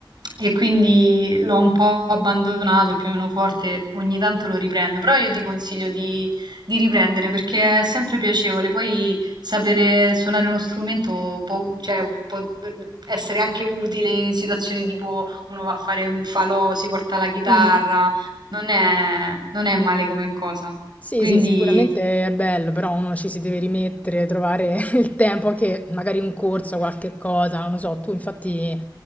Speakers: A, on the right (about 65°); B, on the left (about 20°).
A: e quindi l'ho un po' abbandonato il pianoforte, ogni tanto lo riprendo, però io ti consiglio di, di riprendere perché è sempre piacevole, poi sapere suonare uno strumento può, cioè, può eh, essere anche utile in situazioni tipo uno va a fare un falò, si porta la chitarra,
B: Mm.
A: non è non è male come cosa.
B: Sì,
A: Quindi
B: sì, sicuramente è bello, però uno ci si deve rimettere, trovare <laughs> il tempo, anche magari un corso, qualche cosa, non lo so. Tu infatti